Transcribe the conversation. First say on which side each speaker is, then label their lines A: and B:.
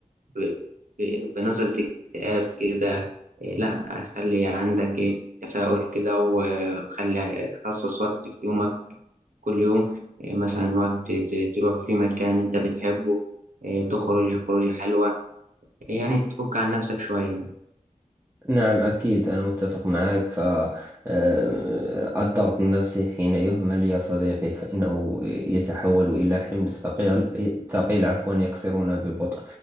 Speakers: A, on the right; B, on the right.
A: ب... ب... بنظرة اكتئاب كده إيه، لأ خلي عندك إيه تفاؤل كده وخلي خصص وقت في يومك كل يوم إيه، مثلا وقت ت- تروح في مكان أنت بتحبه إيه، تخرج خروجة حلوة إيه، يعني تفك عن نفسك شوية.
B: نعم أكيد أنا متفق معك ف آه، الضغط النفسي حين يهمل يا صديقي فإنه يتحول إلى حمل ثقيل ثقيل عفوا يكسرنا ببطء